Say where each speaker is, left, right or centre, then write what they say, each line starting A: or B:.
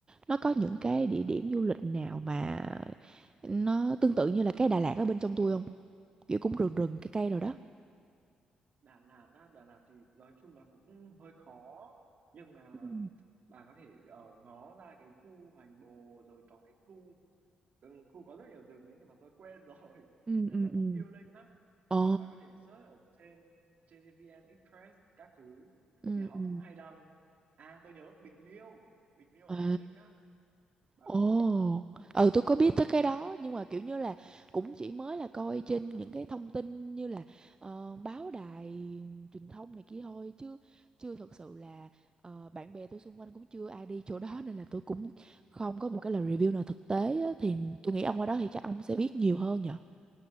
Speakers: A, on the right; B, on the right.
A: nó có những cái địa điểm du lịch nào mà nó tương tự như là cái Đà Lạt ở bên trong tôi không kiểu cũng rừng rừng cây cây rồi
B: ừ.
A: đó
B: Đà Lạt á, Đà Lạt thì nói chung là cũng hơi khó nhưng mà
A: ừ
B: bà có thể ở ngó ra cái khu Hoành Bồ rồi có cái khu ừ, khu có rất nhiều rừng ấy nhưng mà tôi quên rồi <laughs>
A: ừ
B: nhưng mà
A: ừ
B: nó cũng
A: ừ.
B: healing lắm
A: ồ
B: bà có thể search ở trên trên VN Express các thứ
A: ừ
B: thì họ
A: ừ
B: cũng hay đăng à tôi nhớ Bình Liêu Bình Liêu
A: à
B: ở Quảng Ninh á bà
A: Ồ,
B: có
A: ừ tôi có biết tới cái đó nhưng mà kiểu như là cũng chỉ mới là coi trên những cái thông tin như là ờ, báo đài truyền thông này kia thôi chứ chưa thật sự là ờ, bạn bè tôi xung quanh cũng chưa ai đi chỗ đó nên là tôi cũng không có một cái lời review nào thực tế á, thì tôi nghĩ ông qua đó thì chắc ông sẽ biết nhiều hơn nhở.